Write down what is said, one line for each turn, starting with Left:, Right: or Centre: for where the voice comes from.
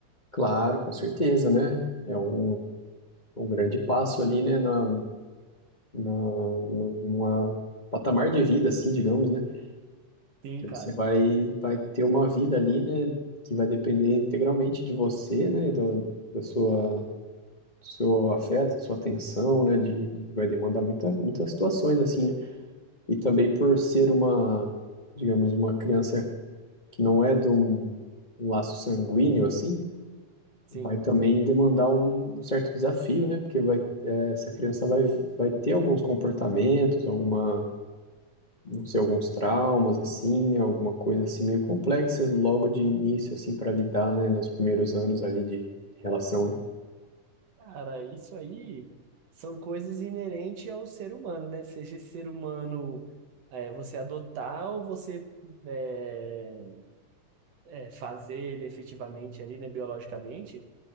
Left: Claro, com certeza, né? É um, um grande passo ali, né? Na, na, no- numa patamar de vida, assim, digamos, né?
Right: Sim,
Left: Porque
Right: cara.
Left: você vai, vai ter uma vida ali, né? Que vai depender integralmente de você, né? Do, da sua, do seu afeto, sua atenção, né? De, vai demandar muita, muitas situações, assim, né? E também por ser uma, digamos, uma criança que não é de um um laço sanguíneo assim,
Right: Sim.
Left: vai também demandar um, um certo desafio, né? Porque vai, eh, essa criança vai, vai ter alguns comportamentos, alguma, não sei, alguns traumas assim, né? Alguma coisa assim meio complexa logo de início assim para lidar, né? Nos primeiros anos ali de relação, né?
Right: Cara, isso aí são coisas inerentes ao ser humano, né? Seja esse ser humano, é, você adotar ou você eh, é, fazer ele efetivamente ali, né, biologicamente,